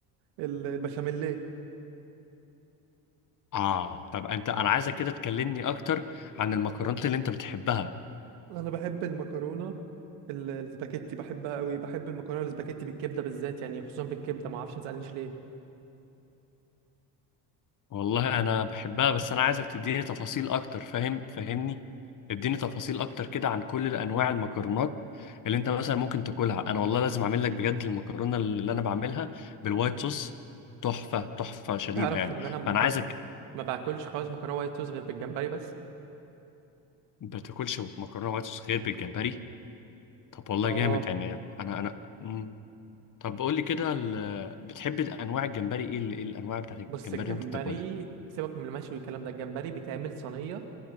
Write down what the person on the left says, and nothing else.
اه طب انت انا عايزك كده تكلمني اكتر عن المكرونات اللي انت بتحبها
والله انا بحبها بس انا عايزك تديني تفاصيل اكتر فاهم فاهمني اديني تفاصيل اكتر كده عن كل انواع المكرونات اللي انت مثلا ممكن تاكلها انا والله لازم اعمل لك بجد المكرونه اللي انا بعملها بالوايت صوص تحفه تحفه شديده
يعني
فانا عايزك
ما بتاكلش مكرونه وايت صوص غير بالجمبري طب والله
جامد يعني انا انا مم. طب قول لي كده ال- بتحب انواع الجمبري ايه ال- ايه الانواع بتاعت الجمبري
اللي انت بتاكلها